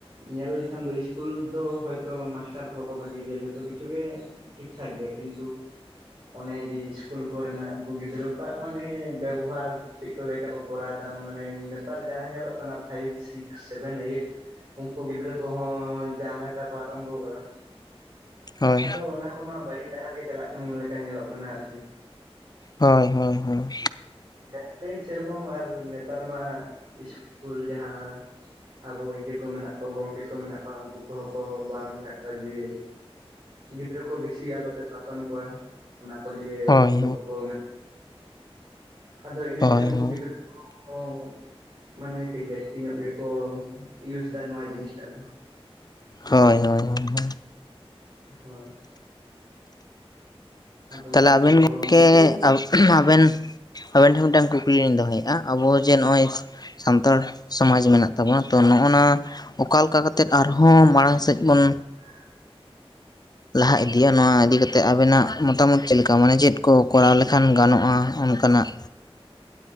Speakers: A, on the right; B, on the left.
A: ᱧᱮᱞ ᱞᱮᱠᱷᱟᱱ ᱫᱚ ᱥᱠᱩᱞ ᱫᱚ ᱦᱚᱭ ᱛᱚ ᱢᱟᱥᱴᱟᱨ ᱠᱚᱦᱚᱸ ᱠᱚ ᱵᱷᱟᱹᱜᱤ ᱜᱮᱭᱟ ᱡᱷᱚᱛᱚ ᱠᱤᱪᱷᱩ ᱜᱮ ᱴᱷᱤᱠ ᱴᱷᱟᱠ ᱜᱮᱭᱟ ᱠᱤᱱᱛᱩ ᱚᱱᱮ ᱡᱮ ᱤᱥᱠᱩᱞ ᱠᱚᱨᱮᱱᱟᱜ ᱩᱱᱠᱩ ᱜᱤᱫᱽᱨᱟᱹ -ᱣᱟᱜ ᱢᱟᱱᱮ ᱵᱮᱵᱚᱦᱟᱨ ᱪᱮᱫ ᱞᱮᱠᱟ ᱠᱚ ᱠᱚᱨᱟᱣ ᱮᱫᱟ ᱢᱟᱱᱮ ᱱᱮᱛᱟᱨ ᱡᱟᱦᱟᱸ ᱧᱮᱞᱚᱜ ᱠᱟᱱᱟ ᱯᱷᱟᱭᱤᱵᱽ, ᱥᱤᱠᱥ, ᱥᱮᱵᱷᱮᱱ, ᱮᱭᱤᱴ ᱩᱱᱠᱩ ᱜᱤᱫᱽᱨᱟᱹ ᱠᱚᱦᱚᱸ ᱡᱟᱦᱟᱸ ᱞᱮᱠᱟ ᱠᱚ ᱟᱨᱟᱢᱵᱚ ᱟᱠᱟᱫᱟ᱾
B: ᱦᱳᱭ
A: ᱟᱫᱚ ᱚᱱᱟ ᱠᱚᱢᱟ ᱵᱟᱹᱲᱤᱡ ᱰᱟᱦᱟᱨ ᱜᱮ ᱪᱟᱞᱟᱜ ᱠᱟᱱ ᱞᱮᱠᱟ ᱧᱮᱞᱚᱜ ᱠᱟᱱᱟ ᱟᱨᱠᱤ᱾
B: ᱦᱳᱭ ᱦᱳᱭ ᱦᱳᱭ,
A: ᱜᱟᱨᱞᱟᱭᱤᱱ ᱥᱮ ᱨᱚᱠᱚᱢ ᱟᱨ ᱱᱮᱛᱟᱨ ᱢᱟ ᱤᱥᱠᱩᱞ ᱡᱟᱦᱟᱸ ᱟᱵᱚ ᱤᱭᱟᱹ ᱠᱚ ᱢᱮᱱᱟᱜ ᱠᱚᱣᱟ ᱜᱚᱝᱠᱮ ᱠᱚ ᱢᱮᱱᱟᱜ ᱠᱚᱣᱟ, ᱩᱱᱠᱩ ᱠᱚᱦᱚᱸ ᱠᱚ ᱵᱟᱨᱚᱱ ᱟᱠᱟᱫ ᱠᱚᱣᱟ ᱡᱮ ᱜᱤᱫᱽᱨᱟᱹ ᱠᱚ ᱵᱮᱥᱤ ᱟᱞᱚ ᱯᱮ ᱥᱟᱥᱚᱱ ᱠᱚᱣᱟ ᱚᱱᱟ ᱠᱚ ᱞᱤᱭᱮ
B: ᱦᱳᱭ
A: ᱨᱳᱜᱽ
B: ᱦᱳᱭ
A: ᱴᱳᱜ ᱠᱚ ᱟᱫᱚ ᱤᱱᱟᱹ
B: ᱦᱳᱭ
A: ᱠᱷᱟᱹᱛᱤᱨ ᱩᱱᱠᱩ
B: ᱦᱳᱭ
A: ᱜᱤᱫᱽᱨᱟᱹ ᱠᱚᱦᱚᱸ ᱦᱚᱸ ᱢᱟᱱᱮ ᱠᱟᱹᱡ ᱡᱟᱹᱥᱛᱤ ᱧᱚᱜ ᱜᱮᱠᱚ ᱤᱭᱩᱥ ᱮᱫᱟ ᱱᱚᱣᱟ ᱡᱤᱱᱤᱥ ᱴᱟᱜ ᱫᱚ᱾
B: ᱦᱳᱭ ᱦᱳᱭ ᱦᱳᱭ ᱦᱳᱭ᱾
A: ᱦᱳᱭ ᱟᱫᱚ
B: ᱛᱟᱦᱞᱮ
A: ᱩᱱᱠᱩ
B: ᱟᱵᱮᱱ
A: ᱠᱚᱫᱚ
B: ᱜᱚᱝᱠᱮ ᱟᱵᱮᱱ ᱟᱵᱮᱱ ᱴᱷᱮᱱ ᱢᱤᱫ ᱴᱟᱱ ᱠᱩᱠᱞᱤ ᱞᱤᱧ ᱫᱚᱦᱚᱭᱮᱫ-ᱟ᱾ ᱟᱵᱚ ᱡᱮ ᱱᱚᱜ-ᱚᱭ ᱥᱟᱱᱛᱟᱲ ᱥᱚᱢᱟᱡᱽ ᱢᱮᱱᱟᱜ ᱛᱟᱵᱚᱱᱟ ᱛᱚ ᱱᱚᱜ-ᱚ ᱱᱟ ᱚᱠᱟ ᱞᱮᱠᱟ ᱠᱟᱛᱮᱫ ᱟᱨ ᱦᱚᱸ ᱢᱟᱲᱟᱝ ᱥᱮᱫ ᱵᱚᱱ
A: <inaudible>
B: ᱞᱟᱦᱟ ᱤᱫᱤᱭᱟ ᱱᱚᱣᱟ ᱤᱫᱤ ᱠᱟᱛᱮᱫ ᱟᱵᱮᱱᱟᱜ ᱢᱚ- ᱛᱟᱢᱚᱛ ᱪᱮᱫ ᱞᱮᱠᱟ ᱢᱟᱱᱮ ᱪᱮᱫ ᱠᱚ ᱠᱚᱨᱟᱣ ᱞᱮᱠᱷᱟᱱ ᱜᱟᱱᱚᱜ-ᱟ ᱚᱱᱠᱟ ᱱᱟᱜ?